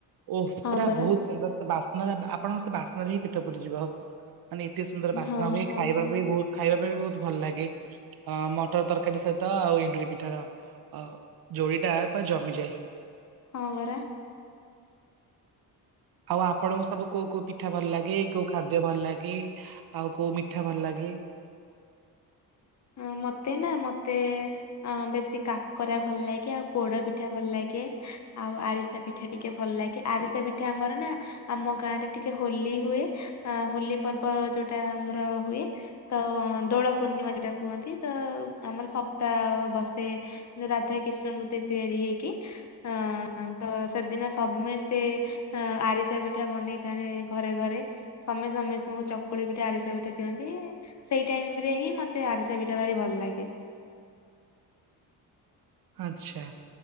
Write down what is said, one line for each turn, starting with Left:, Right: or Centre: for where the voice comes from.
Right: ଓ ପୁରା
Left: ହଁ ପରା
Right: ବହୁତ ସେ ବାସ୍ନାରେ ଆପଣଙ୍କ ସେ ବାସ୍ନାରେ ହିଁ ପେଟ ପୁରିଯିବ। ମାନେ ଏତେ ସୁନ୍ଦର ବାସ୍ନା
Left: ହଁ
Right: ହୁଏ
Left: ହଁ।
Right: ଖାଇବା ବି ବହୁତ ଖାଇବା ପାଇଁ ବି ବହୁତ ଭଲ ଲାଗେ। ଅ ମଟର ତରକାରୀ ସହିତ ତ ଆଉ ଏଣ୍ଡୁରି ପିଠା ର ଅ ଯୋଡି ଟା ପୁରା ଜମିଯାଏ।
Left: ହଁ ପରା
Right: ଆଉ ଆପଣଙ୍କୁ ସବୁ କୋଉ କୋଉ ପିଠା ଭଲ ଲାଗେ, କୋଉ ଖାଦ୍ୟ ଭଲ ଲାଗେ? ଆଉ କୋଉ ମିଠା ଭଲ ଲାଗେ?
Left: ହ ମତେ ନା ମତେ ଅ ବେଶୀ କାକରା ଭଲ ଲାଗେ ଆଉ ପୋଡ ପିଠା ଭଲ ଲାଗେ ଆଉ ଆରିସା ପି ପିଠା ଟିକେ ଭଲ ଲାଗେ। ଆରିସା ପିଠା ଆମର ନା ଆମ ଗାଁ ରେ ଟିକେ ହୋଲି ହୁଏ। ଆ ହୋଲି ପର୍ବ ଯୋଉଟା ଆମର ହୁଏ ତ ଦୋଳ ପୂର୍ଣ୍ଣିମା ଯୋଉଟା କୁହନ୍ତି ତ ଆମର ସପ୍ତାହ ବସେ ରାଧା କୃଷ୍ଣ ମୂର୍ତ୍ତି ତିଆରି ହେଇକି ଅ ତ ସେଦିନ ସମସ୍ତେ ଅ ଆରିସା ପିଠା ବନେଇଥାନ୍ତି ଘରେ ଘରେ। ସମସ୍ତେ ସମସ୍ତଙ୍କୁ ଚକୁଳି ପିଠା, ଆରିସା ପିଠା ଦିଅନ୍ତି। ସେଇ ଟାଇମ ରେ ହିଁ ମତେ ମତେ ଆରିସା ପିଠା ଭାରି ଭଲ ଲାଗେ।
Right: ଆଚ୍ଛା